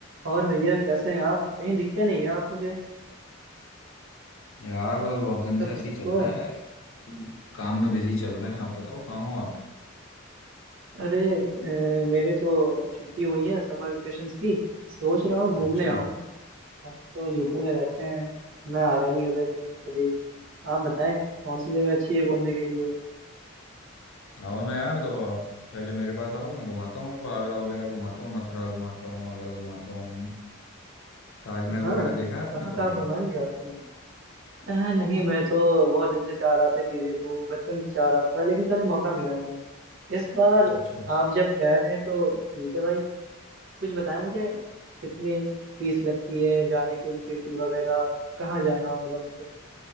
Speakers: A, on the right (about 60°); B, on the left (about 65°).
A: और भैया कैसे हैं आप कहीं दिखते नहीं हैं आप मुझे
B: यार बस बहुत दिन से
A: सब
B: ऐसे
A: ठीक
B: ही चल
A: तो
B: रहा
A: है
B: है काम में बिजी चल रहे हैं आप बताओ कहाँ हो आप
A: अरे अ, मेरे तो छुट्टी हुई है समर वेकेशन की सोच रहा हूँ घूमने
B: अच्छा
A: आऊँ आप तो यूपी में रहते हैं मैं आया नहीं उधर कहीं कभी आप बताएं कौन सी जगह अच्छी है घूमने के लिए
B: आओ ना यार तो आप पहले मेरे पास आओ मैं घुमाता हूँ आपको आगरा वगैरह घुमाता हूँ मथुरा घुमाता हूँ आगरा घुमाता हूँ ताजमहल
A: हाँ
B: वगैरह देखा है आपने
A: कहाँ कहाँ
B: कभी
A: घुमाएंगे आपने अ, नहीं मैं तो बहुत दिन से चाह रहा था कि देखो बचपन से चाह रहा था लेकिन कभी मौका मिला नहीं इस बार
B: अच्छा
A: आप जब कह रहे हैं तो ठीक है भाई कुछ बताएं मुझे कितनी फीस लगती है जाने की एंट्री फी वगैरह कहाँ जाना होगा मुझे